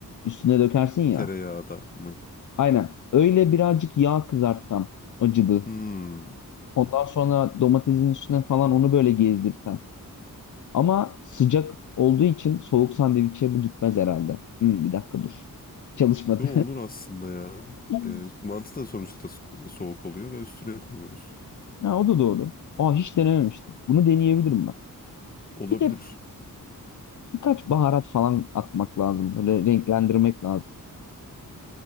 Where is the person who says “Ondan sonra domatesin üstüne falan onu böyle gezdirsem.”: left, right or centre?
Left